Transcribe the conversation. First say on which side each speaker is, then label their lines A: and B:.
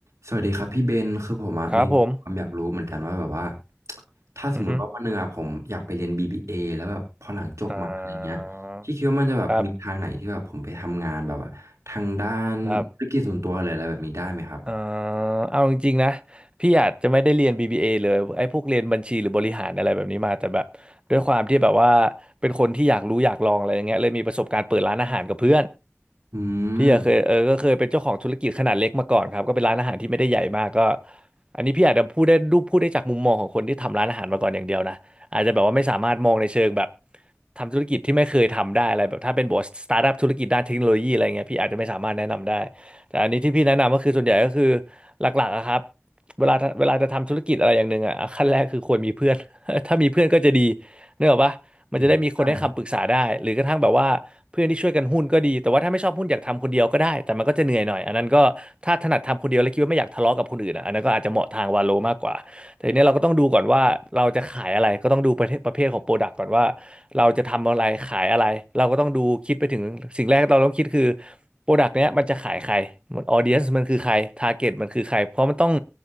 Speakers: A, on the right; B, on the right.
A: สวัสดีครับพี่เบนคือผมอะมีความอยากรู้เหมือนกันว่าแบบว่า
B: ครับผม
A: ถ้าสมมติว่าวันหนึ่งอะผมอยากไปเรียน
B: อือฮึ
A: BBA แล้วแบบพอหลังจบมาอะไรเงี้ยพี่คิดว่ามันจะแบบมีทางไหนที่แบบผมไปทำงานแบบว่าทางด้านธุรกิจส่วนตัวหรืออะไรแบบนี้ได้ไหมครับผม
B: อ่าครับครับเอ่อเอาจริงๆนะ พี่อาจจะไม่ได้เรียน BBA เอเลยไอ้พวกเรียนบัญชีหรือบริหารอะไรแบบนี้มาแต่แบบด้วยความที่แบบว่าเป็นคนที่อยากรู้อยากลองอะไรอย่างเงี้ยเลยมีประสบการณ์เปิดร้านอาหารกับเพื่อน
A: อืม
B: พี่อะเคยเออก็เคยเป็นเจ้าของธุรกิจขนาดเล็กมาก่อนครับก็เป็นร้านอาหารที่ไม่ได้ใหญ่มากก็อันนี้พี่อาจจะพูดได้ดูพูดได้จากมุมมองของคนที่ทำร้านอาหารมาก่อนอย่างเดียวนะอาจจะแบบว่าไม่สามารถมองในเชิงแบบทำธุรกิจที่ไม่เคยทำได้อะไรแบบถ้าเป็นบอสสตาร์ทอัพธุรกิจด้านเทคโนโลยีอะไรเงี้ยพี่อาจจะไม่สามารถแนะนำได้แต่อันนี้ที่พี่แนะนำก็คือส่วนใหญ่ก็คือหลักๆอะครับเวลาเวลาจะทำธุรกิจอะไรอย่างหนึ่งอะขั้นแรกคือควรมีเพื่อน <laughs> ถ้ามีเพื่อนก็จะดี <laughs> นึกออกปะ มันจะได้มีคนให้คำปรึกษาได้หรือกระทั่งแบบว่าเพื่อนที่ช่วยกันหุ้นก็ดีแต่ว่าถ้าไม่ชอบหุ้นอยากทำคนเดียวก็ได้แต่มันก็จะเหนื่อยหน่อยอันนั้นก็ถ้าถนัดทำคนเดียวแล้วคิดว่าไม่อยากทะเลาะกับคนอื่นอะอันนั้นก็อาจจะเหมาะทางวาโลมากกว่าแต่ทีเนี้ยเราก็ต้องดูก่อนว่าเราจะขายอะไรก็ต้องดูประเภทประเภทของโปรดักต์ก่อนว่า
A: อืมใช่
B: เราจะทำอะไรขายอะไรเราก็ต้องดูคิดไปถึงสิ่งแรกที่เราต้องคิดคือโปรดักต์เนี้ยมันจะขายใครมันออเดียนมันคือใครทาร์เก็ตมันคือใครเพราะมันต้อง